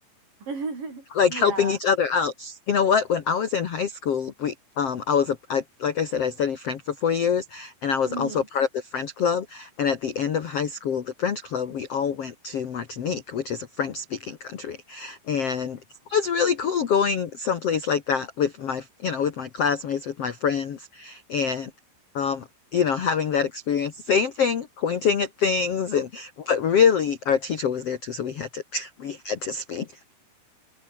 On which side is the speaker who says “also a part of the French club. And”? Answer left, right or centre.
Left